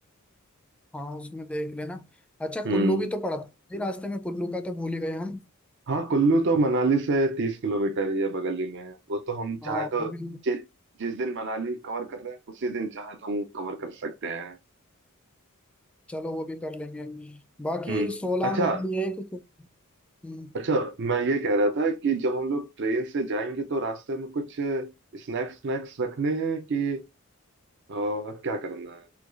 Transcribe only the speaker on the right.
हम्म
हाँ कुल्लू तो मनाली से तीस किलोमीटर ही है बगल ही में है वो तो हम
चाहे तो
जि, जिस दिन मनाली कवर कर रहे हैं उसी दिन चाहे तो हम कवर कर सकते हैं
हम्म
अच्छा
अच्छा मैं ये कह रहा था कि जब हम लोग ट्रेन से जाएंगे तो रास्ते में कुछ स्नैक्स स्नैक्स रखने हैं कि अ, क्या करना है